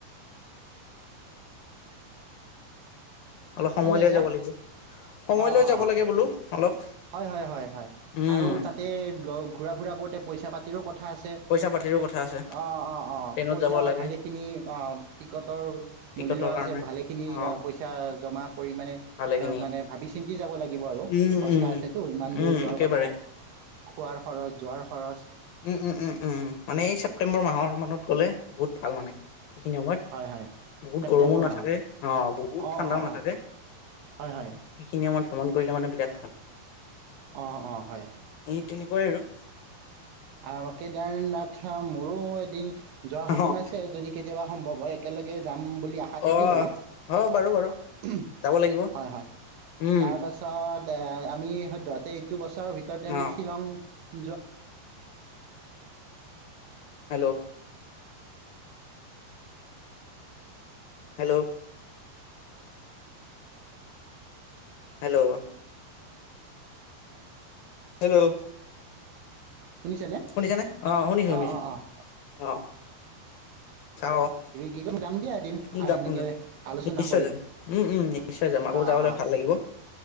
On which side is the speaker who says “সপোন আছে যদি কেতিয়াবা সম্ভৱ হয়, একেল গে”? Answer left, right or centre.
Right